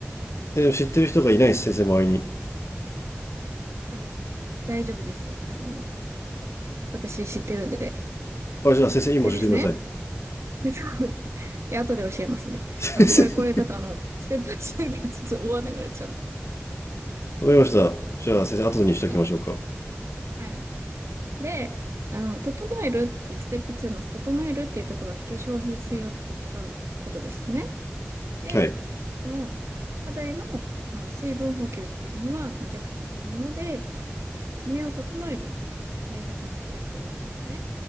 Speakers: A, on the left (about 75°); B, on the right (about 75°).
A: えー知ってる人がいないです、先生、周りに。
B: が大丈夫です。あの、私知ってるんで。
A: あ、じゃあ先生、今教えてください。
B: でですね。<laughs> でそう <laughs> いや、後で教えますね。
A: <laughs> 先生。
B: あの、これ、これだと、あの、ステップ2がちょっと終わんなくなっちゃう。
A: わかりました。じゃあ先生、後にしときましょうか。
B: はい。はい。で、あの、整えるっていう、ステップ2の整えるっていうところは化粧品水をこう使うことでしたね。で、
A: はい。
B: その、肌への、あの、水分補給っていうのは、まあ、弱酸性のもので、あの、キメを整える大切なステップになりますね。